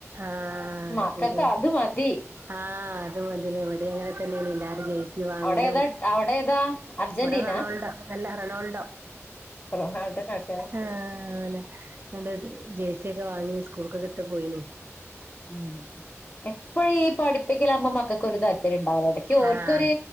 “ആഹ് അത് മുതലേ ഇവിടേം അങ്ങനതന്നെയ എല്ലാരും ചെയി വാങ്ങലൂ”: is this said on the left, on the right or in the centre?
Right